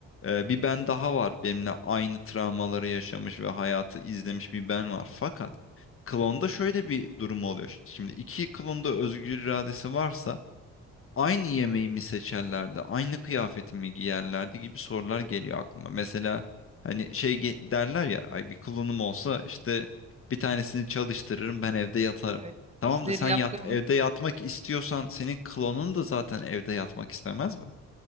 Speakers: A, on the left; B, on the right.
A: e, bir ben daha var benimle aynı travmaları yaşamış ve hayatı izlemiş bir ben var. Fakat klonda şöyle bir durum oluyor. Şimdi iki klonda özgür iradesi varsa aynı yemeği mi seçerlerdi, aynı kıyafeti mi giyerlerdi gibi sorular geliyor aklıma. Mesela hani şey ge- derler ya, ay bir klonum olsa işte bir tanesini çalıştırırım ben evde yatarım.
B: Evet.
A: Tamam
B: işleri
A: da sen
B: yaptırmak
A: yat, evde yatmak istiyorsan senin klonun da zaten evde yatmak istemez mi?